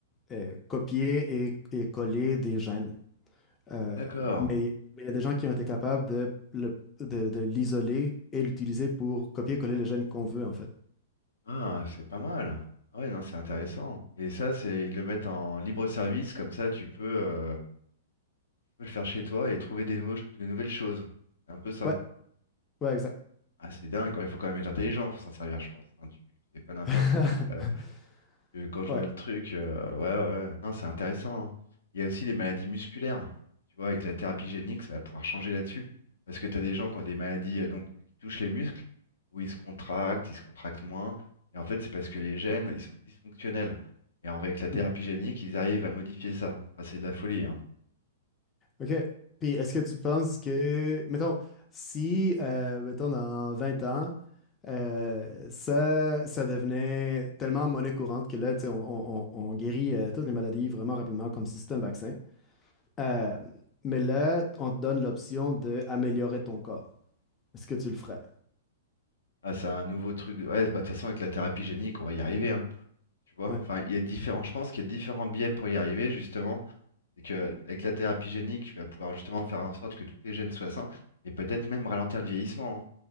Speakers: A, on the left; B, on the left.
A: euh, copier et, et coller des gènes. Euh,
B: D'accord.
A: mais mais il y a des gens qui ont été capables de le- de, de l'isoler et l'utiliser pour copier-coller le gène qu'on veut en fait.
B: Ah, c'est pas mal. Ah ouais, non, c'est intéressant. Et ça, c'est ils le mettent en libre service, comme ça tu peux, euh, tu peux le faire chez toi et trouver des nouveaux- des nouvelles choses. C'est un peu ça.
A: Ouais, ouais, exact.
B: Ah, c'est dingue, quoi. Il faut quand même être intelligent pour s'en servir, je pense. hein. Tu- C'est pas n'importe
A: <laughs>
B: qui. euh, que quand je
A: Ouais.
B: vois le truc, euh, ouais, ouais, ouais. non, c'est intéressant. hein. Il y a aussi les maladies musculaires. Tu vois, avec la thérapie génique, ça va pouvoir changer là-dessus. Parce que tu as des gens qui ont des maladies euh, donc, qui touchent les muscles, où ils se contractent, ils se contractent moins. Et en fait, c'est parce que les gènes, ils sont dysfonctionnels. Et alors, avec la thérapie
A: Mm.
B: génique, ils arrivent à modifier ça. Enfin, c'est de la folie, hein.
A: OK. Puis est-ce que tu penses que, mettons, si, euh, mettons, dans 20 ans, euh, ça, ça devenait tellement monnaie courante que là, tu sais, on, on- on guérit euh, toutes les maladies vraiment rapidement comme si c'était un vaccin. Euh, mais là, on te donne l'option d'améliorer ton corps. Est-ce que tu le ferais?
B: Ah, c'est un nouveau truc. Ouais, bah, de toute façon, avec la thérapie génique, on va y arriver, hein. Tu vois,
A: Ouais.
B: enfin, il y a différents... Je pense qu'il y a différents biais pour y arriver, justement. C'est que avec la thérapie génique, tu vas pouvoir justement faire en sorte que tous tes gènes soient sains et peut-être même ralentir le vieillissement. hein.